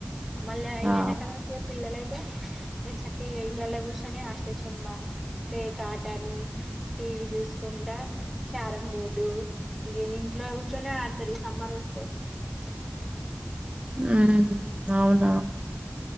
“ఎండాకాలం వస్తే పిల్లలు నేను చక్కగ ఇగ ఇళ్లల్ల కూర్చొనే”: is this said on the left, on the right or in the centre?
Centre